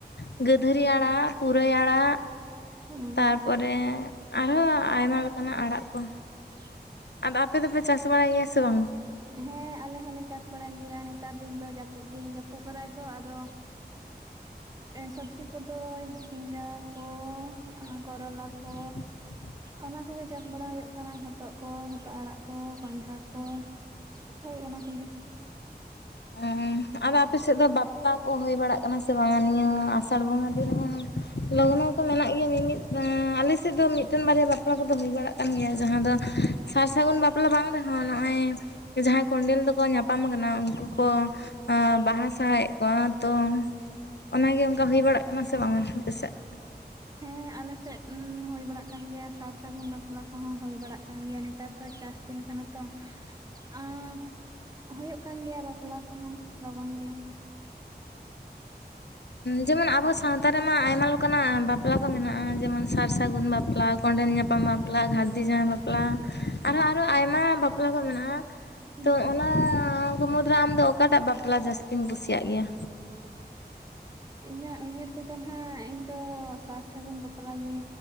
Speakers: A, on the left; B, on the right.
A: ᱜᱟᱹᱫᱷᱟᱹᱨᱤ ᱟᱲᱟᱜ, ᱯᱩᱨᱟᱹᱭ ᱟᱲᱟᱜ,
B: ᱦᱩᱸ
A: ᱛᱟᱨᱯᱚᱨᱮ ᱟᱨᱦᱚᱸ ᱟᱭᱢᱟ ᱞᱮᱠᱟᱱᱟᱜ ᱟᱲᱟᱜ ᱠᱚ᱾
B: <inaudible>
A: ᱟᱫᱚ ᱟᱯᱮ ᱫᱚᱯᱮ ᱪᱟᱥ ᱵᱟᱲᱟᱭ ᱜᱮᱭᱟ ᱥᱮ ᱵᱟᱝ?
B: ᱦᱮᱸ ᱟᱞᱮ ᱦᱚᱞᱮ ᱪᱟᱥ ᱵᱟᱲᱟᱭ ᱜᱮᱭᱟ ᱱᱮᱛᱟᱨ ᱫᱤᱱ ᱫᱚ ᱡᱟᱹᱯᱩᱫ ᱫᱤᱱ ᱡᱟᱹᱯᱩᱫ ᱠᱟᱫᱟᱭ ᱛᱚ ᱟᱫᱚ ᱥᱚᱵᱽᱡᱤ ᱠᱚᱫᱚ ᱡᱷᱤᱸᱜᱜᱟ ᱠᱚ ᱠᱚᱨᱚᱞᱟ ᱠᱚ
A: <unintelligible>
B: ᱚᱱᱟ ᱠᱚᱜᱮ ᱪᱟᱥ ᱵᱟᱲᱟ ᱦᱩᱭᱩᱜ ᱠᱟᱱᱟ ᱦᱚᱛᱚᱫ ᱠᱚ ᱟᱲᱟᱜ ᱠᱚ ᱠᱟᱱᱸᱰᱷᱟ ᱠᱚ ᱦᱳᱭ ᱚᱱᱟ ᱠᱚᱜᱮ᱾
A: ᱚᱸ ᱟᱫᱚ ᱟᱯᱮ ᱥᱮᱫ ᱫᱚ ᱵᱟᱫ ᱵᱟᱯᱞᱟ ᱠᱚ ᱦᱩᱭ ᱵᱟᱲᱟᱜ ᱠᱟᱱᱟ ᱥᱮ ᱵᱟᱝᱟ ᱱᱤᱭᱟᱹ ᱟᱥᱟᱲ ᱵᱚᱸᱜᱟ ᱫᱤᱱ ᱨᱮᱦᱚᱸ ᱞᱚᱜᱱᱚ ᱠᱚ ᱢᱮᱱᱟᱜ ᱜᱮᱭᱟ, ᱢᱤᱢᱤᱫ ᱟᱞᱮᱥᱮᱫ ᱫᱚ ᱢᱤᱫᱴᱮᱱ ᱵᱟᱨᱭᱟ ᱵᱟᱯᱞᱟ ᱠᱚᱫᱚ ᱦᱩᱭ ᱵᱟᱲᱟᱜ ᱠᱟᱱ ᱜᱮᱭᱟ ᱡᱟᱦᱟᱸ ᱫᱚ ᱥᱟᱨ ᱥᱟᱹᱜᱩᱱ ᱵᱟᱯ ᱞᱟ ᱫᱚ ᱵᱟᱝ ᱨᱮᱦᱚᱸ ᱱᱚᱜᱼᱚᱭ ᱡᱟᱦᱟᱸᱭ ᱠᱚᱱᱰᱮᱞ ᱫᱚᱠᱚ ᱧᱟᱯᱟᱢ ᱟᱠᱟᱱᱟ ᱩᱱᱠᱩ᱾ ᱠᱚ ᱵᱟᱦᱟ ᱥᱟᱦᱟᱭᱮᱫ ᱠᱚᱣᱟ, ᱛᱚ ᱚᱱᱟᱜᱮ ᱚᱱᱠᱟ ᱦᱩᱭ ᱵᱟᱲᱟᱜ ᱠᱟᱱᱟ ᱥᱮ ᱵᱟᱝᱟ ᱟᱯᱮᱥᱮᱫ?
B: ᱦᱮᱸ ᱟᱞᱮ ᱥᱮᱫ ᱦᱩᱭ ᱵᱟᱲᱟᱜ ᱠᱟᱱ ᱜᱮᱭᱟ ᱥᱟᱨ ᱥᱟᱹᱜᱩᱱ ᱵᱟᱯᱞᱟ ᱠᱚᱦᱚᱸ ᱦᱩᱭ ᱵᱟᱲᱟᱜ ᱠᱟᱱ ᱜᱮᱭᱟ ᱱᱮᱛᱟᱨ ᱫᱚ ᱪᱟᱥ ᱫᱤᱱ ᱠᱟᱱᱟ ᱛᱚ ᱟᱨ ᱦᱩᱭᱩᱜ ᱠᱟᱱ ᱜᱮᱭᱟ ᱵᱟᱯᱞᱟ ᱠᱚᱦᱚᱸ ᱞᱚᱜᱚᱱ ᱜᱮ
A: ᱡᱮᱢᱚᱱ ᱟᱵᱚ ᱥᱟᱶᱛᱟ ᱨᱮᱢᱟ ᱟᱭᱢᱟ ᱞᱮᱠᱟᱱᱟᱜ ᱵᱟᱯᱞᱟ ᱠᱚ ᱢᱮᱱᱟᱜᱼᱟ ᱡᱮᱢᱚᱱ ᱥᱟᱨ ᱥᱟᱹᱜᱩᱱ ᱵᱟᱯᱞᱟ ᱠᱚᱸᱰᱮᱞ ᱧᱟᱯᱟᱢ ᱵᱟᱯᱞᱟ ᱜᱟᱨᱫᱤ ᱡᱟᱦᱟᱸᱣ ᱵᱟᱯᱞᱟ ᱟᱨᱦᱚᱸ ᱟᱨᱚ ᱟᱭᱢᱟ ᱵᱟᱯᱞᱟ ᱵᱟᱯᱞᱟ ᱠᱚ ᱢᱮᱱᱟᱜᱼᱟ
B: ᱦᱩᱸ
A: ᱛᱚ ᱚᱱᱟ ᱠᱚ ᱢᱩᱫᱽᱨᱮ ᱟᱢ ᱫᱚ ᱚᱠᱟᱴᱟᱜ ᱵᱟᱯᱞᱟ ᱡᱟᱹᱥᱛᱤᱧ ᱠᱩᱥᱤᱭᱟᱜ ᱜᱮᱭᱟ
B: ᱤᱧᱟᱹᱜ ᱩᱭᱦᱟᱹᱨ ᱛᱮᱫᱚ ᱱᱟᱦᱟᱜ ᱤᱧ ᱫᱚ ᱥᱟᱨ ᱥᱟᱹᱜᱩᱱ ᱵᱟᱯ ᱵᱟᱯᱞᱟᱜᱮ